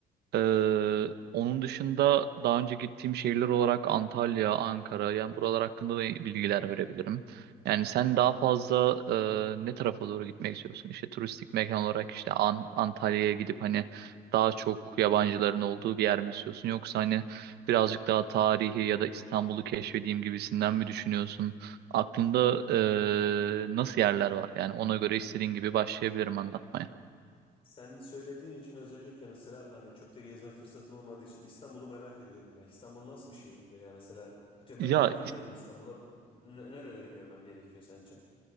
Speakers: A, on the right; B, on the left.
A: Ee, onun dışında daha önce gittiğim şehirler olarak Antalya, Ankara yani buralar hakkında da bilgiler verebilirim. Yani sen daha fazla e, ne tarafa doğru gitmek istiyorsun? İşte turistik mekan olarak işte An Antalya'ya gidip hani daha çok yabancıların olduğu bir yer mi istiyorsun? Yoksa hani birazcık daha tarihi ya da İstanbul'u keşfedeyim gibisinden mi düşünüyorsun? Aklında e, nasıl yerler var? Yani ona göre istediğin gibi başlayabilirim anlatmaya.
B: Sen söylediğin için özellikle mesela hani çok da gezme fırsatım olmadığı için İstanbul'u merak ediyorum ya. İstanbul nasıl bir şehir? Veya mesela atıyorum
A: Ya
B: ben geldim diyelim İstanbul'a. N- nereleri görmem gerekiyor sence?